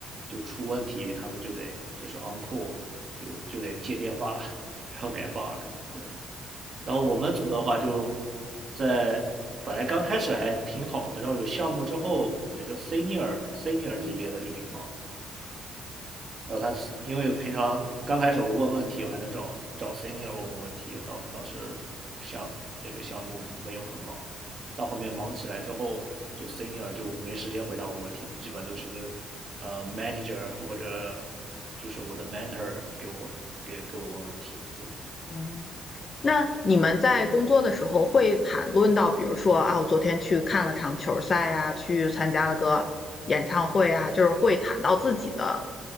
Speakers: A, on the right; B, on the left.
A: 就出问题，他们就得就是 on call，就就得接电话，然后改 bug，对。然后我们组的话就在本来刚开始还挺好的，然后有项目之后，那个 senior senior 级别的就挺忙的。然后他是因为平常刚开始我问问题，我还能找找 senior 问问问题，因为当当时像那个项目没有很忙，到后面忙起来之后，就 senior 就没时间回答我问题，基本都是呃 manager 或者就是我的 mentor 给我给给我问问题，对。
B: 嗯，那你们在工作的时候会谈论到，比如说啊，我昨天去看了场球赛呀，去参加了个演唱会啊，就是会谈到自己的